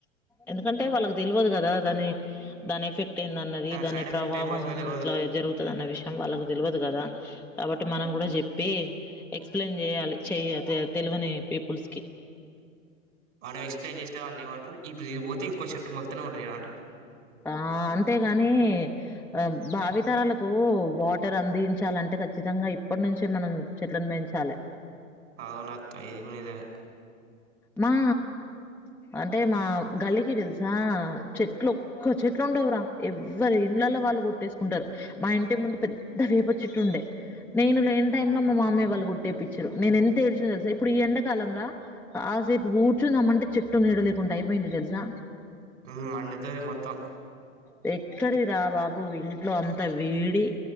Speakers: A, in the centre; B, on the right (about 65°).
A: ఎందుకంటే వాళ్ళకి తెల్వదు కదా దాని దాని ఎఫెక్ట్. ఎందన్నది దాని
B: సైడ్ ఎఫెక్ట్
A: ప్రభావం
B: ఏం పడుతుందో తెలవదు
A: ఇట్లా జరుగుతది అన్న విషయం వాళ్ళకు. తెలివదు కదా కాబట్టి మనం కూడా చెప్పి ఎక్స్ప్లెయిన్ చేయాలి చెయ తె తెలువని పీపుల్స్కి.
B: మనం ఎక్స్ప్లెయిన్ చేస్తే వాళ్ళు ఏమంటారు ఇక్కడ ఇది పోతే ఇంకో చెట్టు మొళ్తనే ఉంటది కదా అంటారు.
A: ఆ అంతేగాని ఆ భావితరాలకు వాటర్ అందించాలంటే ఖచ్చితంగా ఇప్పటి నుంచే మనం చెట్లను పెంచాలి.
B: అవును అక్క ఇది కూడ నిజమే.
A: మా అంటే మా గల్లికి తెలుసా చెట్లు ఒక్క చెట్లు ఉండవురా ఎవ్వరి ఇండ్లలో వాళ్ళు కొట్టేసుకుంటారు మా ఇంటి ముందు పెద్ద వేప చుట్టు ఉండే నేను లేని టైంలో మా మామయ్య వాళ్ళు కొట్టేపించిరు నేను ఎంత ఏడ్చిన్నో తెలుసా ఇప్పుడు ఈ ఎండ కాలంల కాసేపు కూర్చుందామంటే చెట్టు నీడ లేకుండా అయిపోయింది తెలుసా.
B: ఉమ్ మండుతది మొత్తం
A: అ ఎక్కడిది రా బాబు ఇంట్లో అంత వేడి